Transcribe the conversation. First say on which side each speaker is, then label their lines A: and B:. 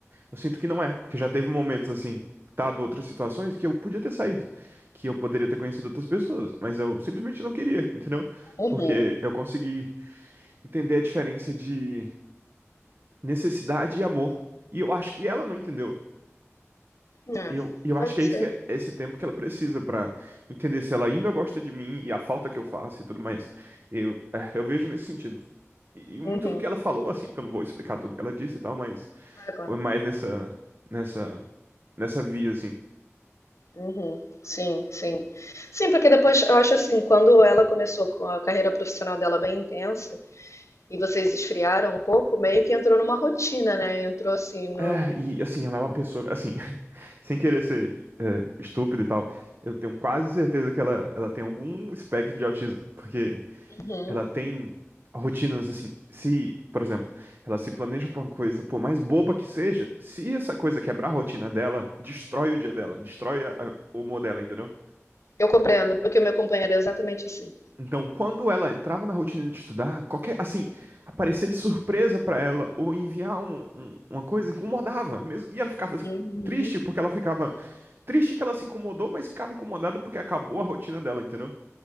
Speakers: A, on the right; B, on the left.
A: eu sinto que não é, porque já teve momentos assim, dado outras situações que eu podia ter saído, que eu poderia ter conhecido outras pessoas, mas eu simplesmente não queria, entendeu?
B: Uhum.
A: Porque eu consegui entender a diferença de necessidade e amor. E eu acho que ela não entendeu.
B: É,
A: E eu, e eu
B: pode
A: acho que é
B: ser.
A: isso que é esse tempo que ela precisa pra entender se ela ainda gosta de mim e a falta que eu faço e tudo mais. Eu, é, eu vejo nesse sentido. E, e muito
B: Uhum.
A: do que ela falou, assim, porque eu não vou explicar tudo que ela disse e tal, mas
B: Claro, claro.
A: foi mais nessa, nessa, nessa via, assim.
B: Uhum. Sim, sim. Sim, porque depois eu acho assim, quando ela começou com a carreira profissional dela bem intensa, e vocês esfriaram um pouco, meio que entrou numa rotina, né? Entrou assim no.
A: É, e assim, ela é uma pessoa, assim, <laughs> sem querer ser é, estúpido e tal, eu tenho quase certeza que ela, ela tem algum espectro de autismo, porque
B: Uhum.
A: ela tem rotinas assim. Se, por exemplo, ela se planeja pra uma coisa, por mais boba que seja, se essa coisa quebrar a rotina dela, destrói o dia dela, destrói a- a- o humor dela, entendeu?
B: Eu compreendo, porque o meu companheiro é exatamente assim.
A: Então, quando ela entrava na rotina de estudar, qualquer, assim, aparecer de surpresa pra ela ou enviar um- um- uma coisa incomodava mesmo, e ela ficava
B: Uhum.
A: triste porque ela ficava triste que ela se incomodou, mas ficava incomodada porque acabou a rotina dela, entendeu?